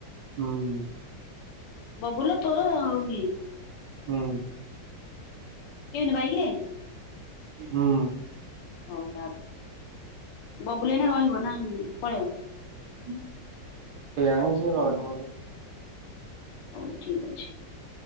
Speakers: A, on the right; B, on the left.
A: ହୁଁ।
B: ବବୁଲ ର ତୋର ଆଉ କିଏ?
A: ହୁଁ।
B: କେମିତି ବାଇକ୍ ରେ?
A: ହଁ।
B: ହଉ ତା ବବୁଲ ଏଇନା ରହିବ ନା ପଳେଇବ।
A: କେଇ ଯାଣି ସେ ରହିବ ବୋଧେ।
B: ହଉ ଠିକ ଅଛି।